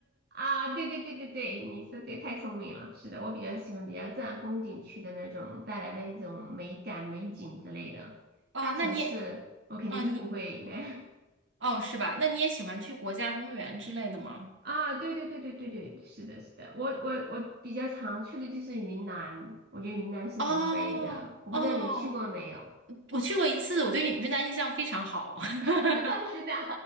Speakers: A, on the right; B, on the right.
A: 啊，对对对对对，你说对，太聪明了。是的，我比较喜欢比较自然风景区的那种带来的一种美感、美景之类的。
B: <laughs> 哦，
A: 大城市我肯定是不会那
B: 那你也，哦，你哦，是吧？那你也喜欢去国家公园之类的吗？
A: <laughs> 啊，对对对对对对，是的，是的，我我我比较常去的就是云南，我觉得云南是很美的。
B: 哦哦，
A: 我不知道你去过没有？
B: 我去过一次，我对云云南印象非常好。<laughs>
A: <laughs> 是的，